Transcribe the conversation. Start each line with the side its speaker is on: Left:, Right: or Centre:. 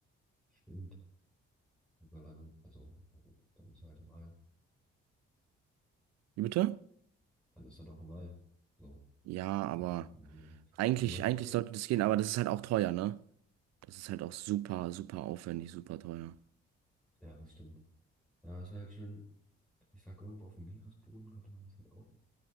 Centre: Stimmt. Weil er so- Also, also, dann ist er halt im All.
Right: Wie bitte?
Centre: Dann ist er doch im All. So,
Right: Ja, aber
Centre: da drunten. man-
Right: eigentlich,
Centre: Also man
Right: eigentlich
Centre: könnte,
Right: sollte das gehen, aber das ist halt auch teuer, ne? Das ist halt auch super, super aufwendig, super teuer.
Centre: ja, das stimmt. Ja, das wäre halt schön. Ich sag, irgendwo auf dem Meeresboden könnte man das halt auch